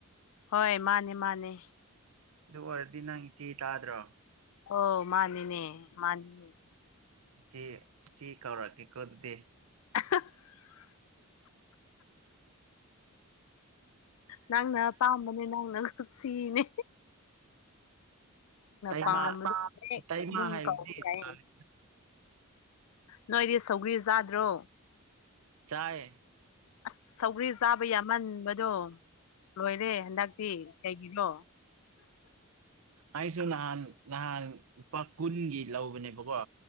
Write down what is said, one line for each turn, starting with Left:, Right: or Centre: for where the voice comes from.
Left: ꯍꯣꯏ ꯃꯥꯅꯦ ꯃꯥꯅꯦ
Right: ꯑꯗꯨ ꯑꯣꯏꯔꯗꯤ ꯅꯪ ꯏꯆꯦ ꯇꯥꯗ꯭ꯔꯣ
Left: ꯑꯣ ꯃꯥꯅꯤꯅꯦ ꯃꯥꯅꯤꯅꯦ
Right: ꯆꯦ ꯆꯦ ꯀꯧꯔꯛꯀꯦ ꯀꯣꯗꯗꯦ
Left: <inaudible> ꯅꯪꯅ ꯄꯥꯝꯕꯅꯦ ꯅꯪꯅꯁꯤꯅꯦ
Right: ꯇꯃ
Left: ꯄꯥꯝꯕꯗꯣ ꯍꯦꯛ
Right: ꯇꯥꯏꯃ
Left: ꯑꯗꯨꯝ
Right: ꯍꯥꯏꯕꯗꯤ
Left: ꯀꯧꯕ ꯌꯥꯏꯌꯦ ꯅꯣꯏꯗꯤ ꯁꯧꯒ꯭ꯔꯤ ꯆꯥꯗ꯭ꯔꯣ
Right: ꯆꯥꯏ
Left: ꯑꯁ ꯁꯧꯒ꯭ꯔꯤ ꯆꯥꯕ ꯌꯥꯃꯟꯕꯗꯣ ꯂꯣꯏꯔꯦ ꯍꯟꯗꯛꯇꯤ ꯀꯩꯒꯤꯔꯣ
Right: ꯑꯩꯁꯨ ꯅꯍꯥꯟ ꯅꯍꯥꯟ ꯂꯨꯄꯥ ꯀꯨꯟꯒꯤ ꯂꯧꯕꯅꯦꯕꯀꯣ